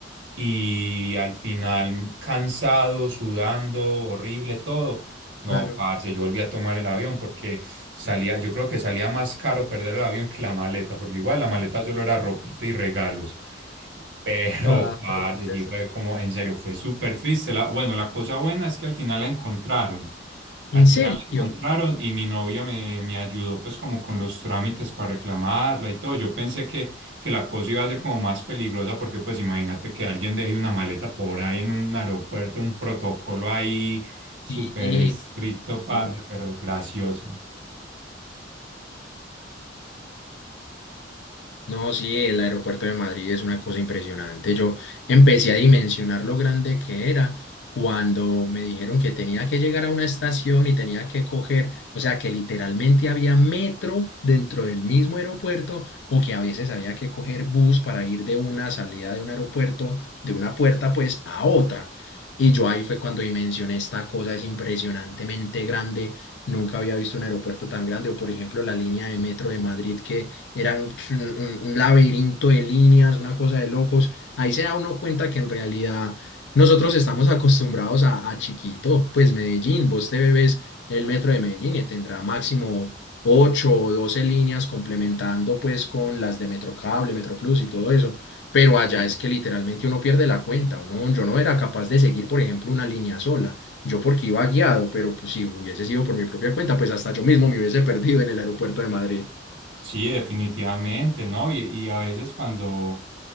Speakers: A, on the right; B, on the left.
A: y al final cansado, sudando, horrible, todo. No,
B: claro.
A: parce, yo volví a tomar el avión porque salía, yo creo que salía más caro perder el avión que la maleta, porque igual la maleta solo era ropita y regalos. Pero,
B: Ah,
A: parce,
B: pero qué pesar.
A: sí fue como, en serio, fue súper triste. La, bueno, la cosa buena es que al final la encontraron.
B: ¿En
A: Al
B: serio?
A: final la encontraron y mi novia me, me ayudó pues como con los trámites para reclamarla y todo. Yo pensé que, que la cosa iba a ser como más peligrosa porque pues imagínate que alguien deje una maleta por ahí en un aeropuerto, un protocolo ahí súper
B: Sí,
A: estricto, parce,
B: no.
A: pero gracioso.
B: No, sí, el aeropuerto de Madrid es una cosa impresionante. Yo empecé a dimensionar lo grande que era cuando me dijeron que tenía que llegar a una estación y tenía que coger, o sea, que literalmente había metro dentro del mismo aeropuerto o que a veces había que coger bus para ir de una salida de un aeropuerto, de una puerta pues a otra. Y yo ahí fue cuando dimensioné esta cosa, es impresionantemente grande. Nunca había visto un aeropuerto tan grande o por ejemplo la línea de metro de Madrid que eran pues, un, un- un laberinto de líneas, una cosa de locos. Ahí se da uno cuenta que en realidad nosotros estamos acostumbrados a, a chiquito, pues Medellín, vos te bebes el metro de Medellín y tendrá máximo 8 o 12 líneas complementando pues con las de Metrocable, Metroplus y todo eso. Pero allá
A: Sí.
B: es que literalmente uno pierde la cuenta, uno, yo no era capaz de seguir, por ejemplo, una línea sola, yo porque iba guiado, pero pues, si hubiese sido por mi propia cuenta, pues hasta yo mismo me hubiese perdido en el aeropuerto de Madrid.
A: Sí, definitivamente, ¿no? Y, y a veces cuando